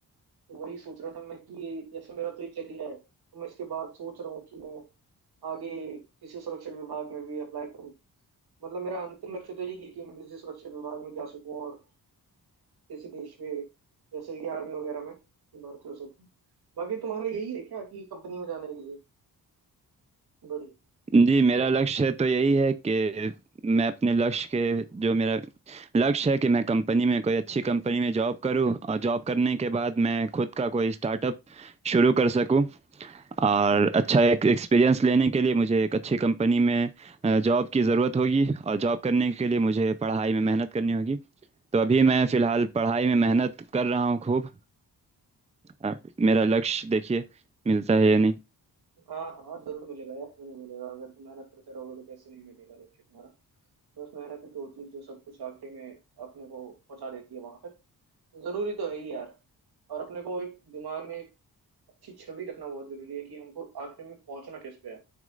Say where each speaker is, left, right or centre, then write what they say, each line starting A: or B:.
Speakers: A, on the right (about 70°); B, on the right (about 15°).
A: तो वही सोच रहा था मैं कि ये जैसे मेरा तो ये चल गया है तो मैं इसके बाद सोच रहा हूँ कि मैं आगे किसी सुरक्षा विभाग में भी अप्लाई करूँ मतलब मेरा अंतिम लक्ष्य तो यही है कि मैं किसी सुरक्षा विभाग में जा सकूं और किसी देश में जैसे कि आर्मी वगैरह में भर्ती हो सकूं बाकी तुम्हारा यही है क्या कि कंपनी में जाना है किसी बड़ी
B: जी मेरा लक्ष्य तो यही है कि मैं अपने लक्ष्य के जो मेरा लक्ष्य है कि मैं कंपनी में कोई अच्छी कंपनी में जॉब करूं और जॉब करने के बाद मैं खुद का कोई स्टार्टअप शुरू कर सकूं और अच्छा एक एक्सपीरियंस लेने के लिए मुझे एक अच्छी कंपनी में अ, जॉब की ज़रूरत होगी और जॉब करने के लिए मुझे पढ़ाई में मेहनत करनी होगी तो अभी मैं फ़िलहाल पढ़ाई में मेहनत कर रहा हूँ खूब आ, मेरा लक्ष्य देखिए मिलता है या नहीं
A: हाँ हाँ जरूर मिलेगा यार क्यों नहीं मिलेगा अगर तुम मेहनत करते रहोगे तो कैसे नहीं मिलेगा लक्ष्य तुम्हारा बस मेहनत ही तो होती है जो सब कुछ आखिरी में अपने को पहुंचा देती है वहां तक जरूरी तो है ही यार और अपने को एक दिमाग में एक अच्छी छवि रखना बहुत जरूरी है कि हमको आखिर में पहुंचना किस पे है